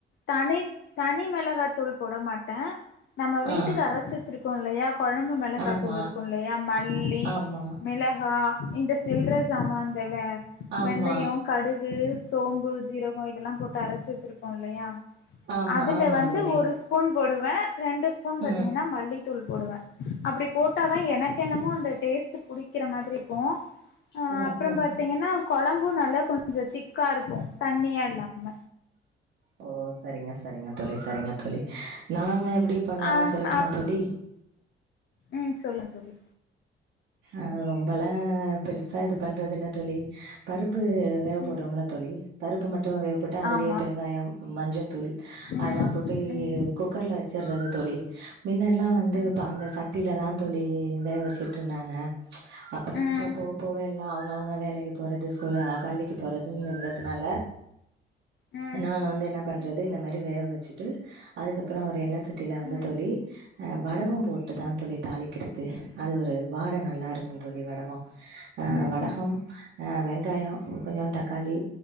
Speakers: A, on the left; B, on the right.
A: தனி தனி மெளகாத்தூள் போட மாட்ட நம்ம வீட்டுக்கு
B: ஆ
A: அரைச்சு வச்சிருக்கோ இல்லையா கொழம்பு மெளகாத்தூள்
B: ஆமா
A: இருக்கு இல்லையா மல்லி
B: ஆமா
A: மிளகா இந்த சில்ற ஜாமான்ந்தவ
B: ஆமா
A: வெந்தய கடுகு சோம்பு ஜீரக இதெலா போட்டு அரைச்சு வெச்சுருப்போ இல்லையா
B: ஆமா
A: அதுல
B: ஆமா
A: வந்து
B: தோழி
A: ஒரு ஸ்பூன் போடுவ ரெண்டு ஸ்பூன் பாத்திங்கனா
B: ம்
A: மல்லி தூள் போடுவ அப்டி போட்டாதா எனக்கென்னமோ அந்த டேஸ்ட் புடிக்கிற மாதிரிக்கு அ
B: ம்
A: அப்றம்
B: ம்
A: பாத்திங்கனா
B: ம்
A: கொழம்பு நல்லா கொஞ்ச திக்கா இருக்கு தண்ணியா இல்லாம
B: ஓ சரிங்க சரிங்க தோழி சரிங்க தோழி நாங்க எப்டி பண்ணுவோனா
A: ஆ
B: சொல்லட்டுமா
A: அப்
B: தோழி
A: ம் சொல்லா தோழி
B: ஆ ரொம் பெலா பெருசா இது பண்றதில்ல தோழி பருப்பு வேகப்போடறம்ல
A: ம்
B: தோழி பருப்பு மட்டு வேகப்போட்டா அதுலயே
A: ஆமா
B: பெருங்காயம் மஞ்சத்தூள்
A: ம்
B: அதெல்லா போட்டு
A: ம்
B: குக்கர்ல வெச்சர்றது தோழி மின்னெலா வந்து
A: ம்
B: இப்ப அந்த சட்டிலதா தோழி வேக வெச்சுட் ருந்தாங்க அப்புற
A: ம்
B: இப்ப
A: ம்
B: போவ போவ எல்லா அவங்கவங்க வேலைக்கு போறது ஸ்கூலு பள்ளிக்கு போறதுன் இருந்தட்டனால
A: ம்
B: நாங்க வந்து என்ன பண்றது இந்த மாரி வேக வெச்சிட்டு அதுக்கப்பற ஒரு எண்ணெ சட்டில வந்து
A: ம்
B: தோழி அ வடகம் போட்டுதா
A: ம்ஹும்
B: தோழி தாளி க்கிறது அது ஒரு வாட நல்லாருக்குந் தோழி வடக அ
A: ம்ஹும்
B: வடகம் வெங் தயொ கொஞ்ஜோ தக்காளி